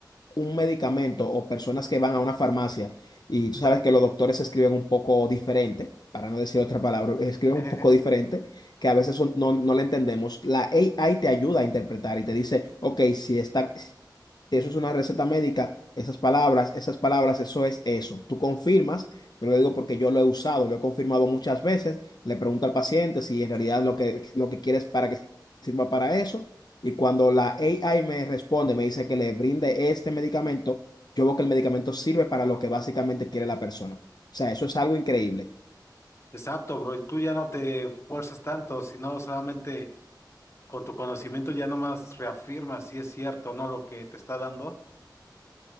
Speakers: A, on the left; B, on the left.
A: un medicamento o personas que van a una farmacia y tú sabes que los doctores escriben un poco diferente, para no decir otra palabra, escriben
B: <laughs>
A: un poco diferente, que a veces son- no, no le entendemos. La AI te ayuda a interpretar y te dice, ok, si está, si eso es una receta médica, esas palabras, esas palabras, eso es eso. Tú confirmas, pero lo digo porque yo lo he usado, lo he confirmado muchas veces, le pregunto al paciente si en realidad lo que, lo que quieres para que sirva para eso y cuando la AI me responde, me dice que le brinde este medicamento, yo veo que el medicamento sirve para lo que básicamente quiere la persona. O sea, eso es algo increíble.
B: Exacto, bro, y tú ya no te fuerzas tanto, sino solamente Con tu conocimiento ya nomás reafirmas si es cierto o no lo que te está dando.